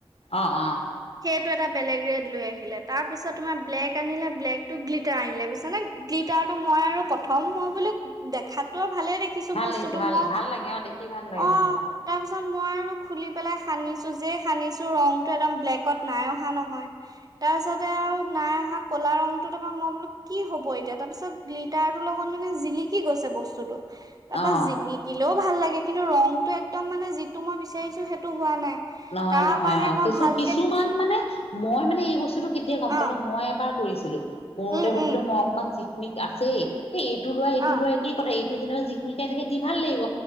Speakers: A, on the left (about 80°); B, on the right (about 40°).
A: অ অ
B: এটা বেলেগ ৰেড লৈ আহিলে। তাৰ পিছত তোমাৰ ব্লেক আনিলে ব্লেক টো গ্লিটাৰ আনিলে পিছনে গ্লিটাৰ টো মই আৰু প্ৰথম মই বুলিো দেখাত ভালে দেখিছো
A: ভাল
B: বস্তুতটো
A: লাগিছে ভাল
B: মোক
A: ভাল লাগে অ' দেখি ভাল লাগে
B: অ
A: প্ৰথম
B: তাৰপিছত মই আৰু খুলি পেলাই সানিছো যেই সানিছো ৰংটো একদম ব্লেক ত নাই অহা নহয়। তাৰপিছতে আৰু নাই অহা কলা ৰংটো তাৰপৰা মই বোলো কি হ'ব এতিয়া তাৰপিছত গ্লিটাৰতো ৰ লগত মানে জিলিকি গৈছে বস্তুতটো তাৰপা
A: অ'।
B: জিনিকিলেও ভাল লাগে কিন্তু ৰংতটো এক্দম মানে যিটো মই বিচাৰিছো সেইটো হোৱা নাই।
A: নহয়
B: তাৰপা
A: নহয়
B: হে
A: অ
B: মই
A: কিছু
B: ভাল
A: কিছুমান মানে মই মানে এই বস্তুটো কেতিয়া গম
B: অ',
A: পালো মই এবাৰ কৰিছিলো। কৰোতে
B: উম,
A: ভাবিলো
B: উম,
A: মই অকমান চিকমিক আছেই এ এইটো লোৱা এইটো
B: অ',
A: লোৱা একেই কথা এই যো জিক মিকাই থাকে দি ভাল লাগিব